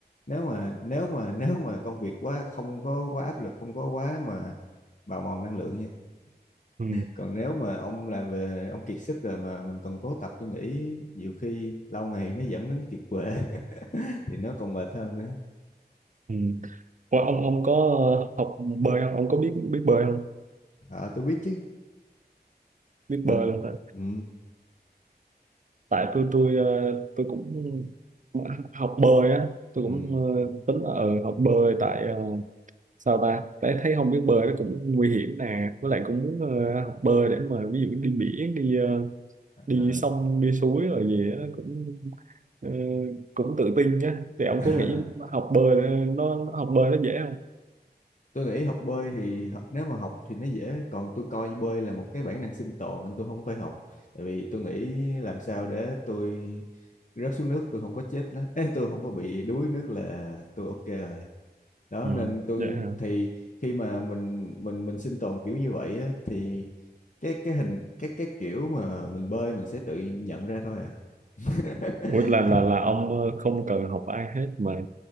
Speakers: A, on the left (about 50°); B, on the right (about 50°).
A: nếu mà nếu mà <laughs> nếu mà công việc quá không có quá áp lực không có quá mà bào mòn năng lượng nha
B: ừ,
A: còn nếu mà ông làm về ông kiệt sức rồi mà mình còn cố tập tôi nghĩ nhiều khi lâu ngày nó dẫn đến kiệt quệ <laughs> thì nó còn mệt hơn nữa
B: ừ. Ủa, ông ông có học bơi không ông có biết biết bơi không
A: Ờ tôi biết chứ
B: biết
A: mình
B: bơi luôn hả
A: ừ,
B: tại tôi tôi ờ, tôi cũng học bơi á tôi
A: ừ,
B: cũng ờ, tính là ờ, học bơi tại ờ, sao ta thấy thấy không biết bơi nó cũng nguy hiểm nè với lại cũng muốn ờ, học bơi để mà ví dụ đi biển đi ờ,
A: ờ.
B: đi sông đi suối rồi gì đó cũng ờ, cũng tự tin á thì ông
A: <laughs>
B: có nghĩ học bơi nó, nó học bơi nó dễ không
A: tôi nghĩ học bơi thì h- nếu mà học thì nó dễ còn tôi coi bơi là một cái bản năng sinh tồn nên tôi không phải học tại vì tôi nghĩ làm sao để tôi rớt xuống nước tôi không có chết lá- Ê, tôi không có bị đuối nước là tôi ok rồi đó
B: ừ,
A: nên tôi
B: dễ hả
A: thì khi mà mình mình mình sinh tồn kiểu như vậy á, thì cái cái hình cái cái kiểu mà mình bơi mình sẽ tự nhận ra thôi à <laughs>
B: Ủa là là
A: Chứ
B: là ông ờ, không cần học ai hết mà